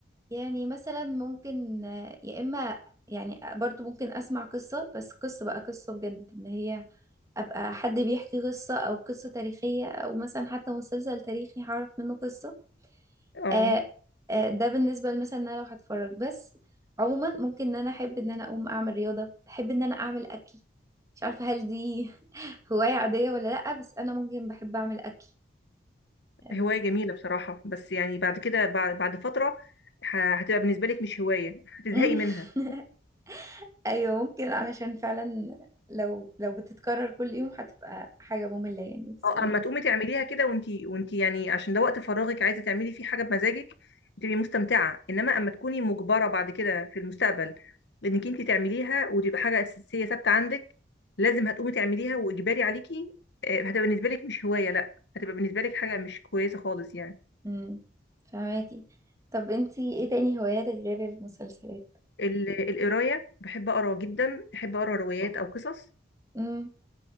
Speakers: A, on the right; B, on the left.
A: يعني مثلا ممكن آه، يا إما يعني برضو ممكن أسمع قصة بس قصة بقى قصة بجد إن هي ابقى حد بيحكي قصة او قصة تاريخية او مثلا حتى مسلسل تاريخي هعرف منه قصة
B: اه
A: آه آه ده بالنسبة مثلا ان انا لو هتفرج بس عموما ممكن ان انا احب ان انا اقوم اعمل رياضة احب ان انا اعمل اكل مش عارفة هل دي <laughs> هواية عادية ولا لأ بس انا ممكن بحب اعمل اكل
B: هواية
A: بز...
B: جميلة بصراحة بس يعني بعد كده بعد بعد فترة ه- هتبقى بالنسبة لك مش هواية هتزهقي
A: <laughs>
B: منها
A: ايوه ممكن علشان فعلا لو لو بتتكرر كل يوم هتبقى حاجة مملة يعني بس
B: اه اما تقومي تعمليها كده وانتي وانتي يعني عشان ده وقت فراغك عايزة تعملي فيه حاجة بمزاجك تبقي مستمتعة انما اما تكوني مجبرة بعد كده في المستقبل انك انتي تعمليها وتبقى حاجة أساسية ثابتة عندك لازم هتقومي تعمليها واجباري عليكي آه، هتبقى بالنسبة لك مش هواية لا هتبقى بالنسبة لك حاجة مش كويسة خالص يعني
A: امم فهماكي طب انتي ايه تاني هواياتك غير المسلسلات
B: ال- القراية بحب أقرأ جدا بحب أقرأ روايات أو قصص
A: امم